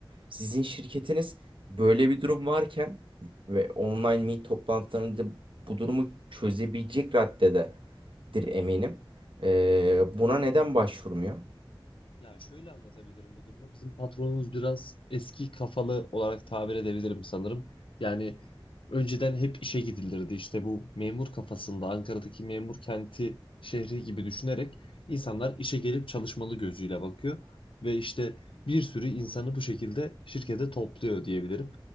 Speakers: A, on the right (about 75°); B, on the left (about 80°).
A: Sizin şirketiniz böyle bir durum varken ve online meet toplantılarında bu durumu çözebilecek raddededir eminim. E, buna neden başvurmuyor?
B: Ya şöyle anlatabilirim bu durumu. Bizim patronumuz biraz eski kafalı olarak tabir edebilirim sanırım. Yani önceden hep işe gidilirdi. İşte bu memur kafasında Ankara'daki memur kenti şehri gibi düşünerek insanlar işe gelip çalışmalı gözüyle bakıyor. Ve işte bir sürü insanı bu şekilde şirkete topluyor diyebilirim.